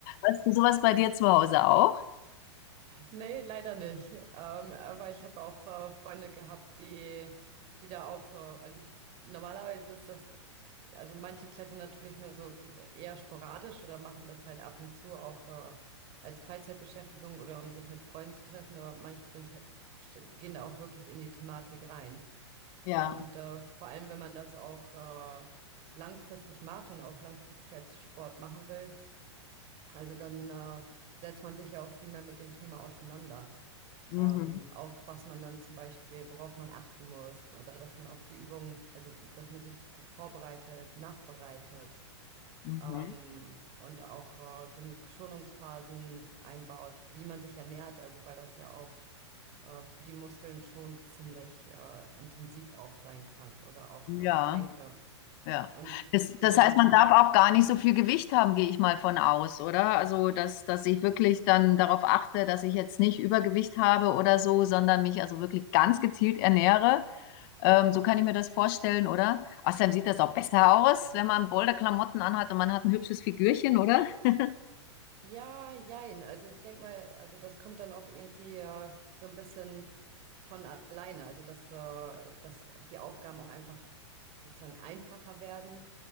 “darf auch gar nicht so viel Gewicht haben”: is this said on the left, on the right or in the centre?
Left